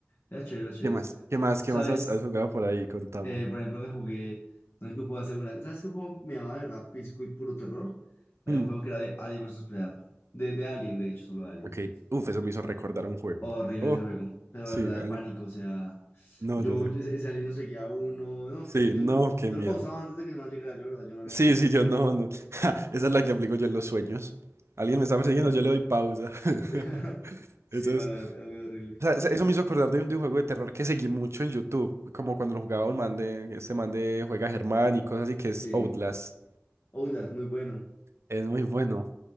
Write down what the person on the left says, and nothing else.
Era chévere, era chévere.
¿Sabes?
Eh, por ejemplo, me jugué. No sé qué juego hacer una. ¿Sabes qué juego me llamaba de verdad físico y puro terror? Había
un juego que era de Alien vs Predator. De, de Alien, de hecho, solo de Alien.
Horrible
ese juego. Pero
de verdad
de pánico, o sea.
Yo,
yo ese, ese Alien lo seguía a uno. No,
yo, yo,
yo,
yo
lo pausaba antes de que se me llegara, yo, de verdad, yo no
era capaz.
Y.
<laughs> Sí,
no,
era, era muy horrible.
Sí.
Outlast, muy bueno.